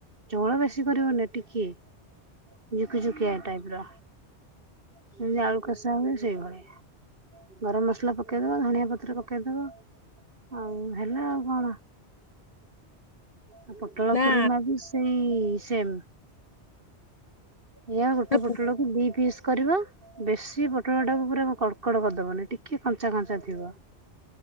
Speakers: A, on the right (about 50°); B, on the left (about 40°).
A: ଝୋଳ ବେଶୀ କରିବନି ଟିକିଏ। ଜୁକିଜୁକିଆ ଟାଇପ ର ଯେମିତି ଆଳୁ କଷା ହୁଏ ସେଇଭଳିଆ। ଗରମ ମସଲା ପକେଇଦବ ଧଣିଆ ପତ୍ର ପକେଇଦବ। ଆଉ ହେଲା ଆଉ କ'ଣ? ଆ ପୋ ଟଳ
B: ନା
A: କୁରୁମା ବି ସେଇ ସେମ୍। ଏଇଆ ଗୋଟେ
B: ନା
A: ପୋଟଳକୁ
B: ପୁ
A: ଦି ପିସ୍ କରିବ ବେଶୀ ପୋଟଳ ଟାକୁ ପୁରା କଡ଼କଡ଼ କରିଦବନି ଟିକେ କଞ୍ଚା କଞ୍ଚା ଥିବ।